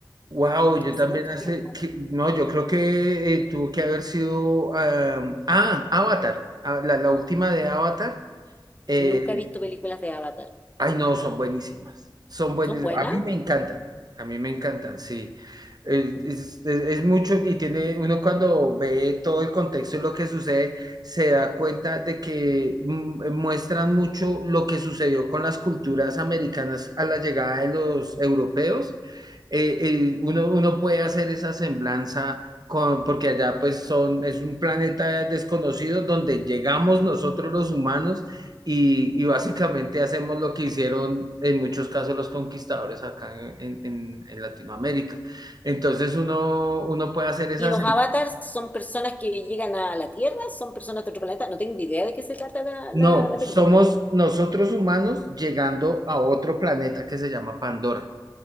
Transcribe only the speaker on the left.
hace
mucho
tiempo.
Nunca he visto películas de Avatar.
¿Son buenas?
¿Y los avatars son personas que llegan a la Tierra? ¿Son personas de otro planeta? No tengo idea de qué se trata la,
la- la
película.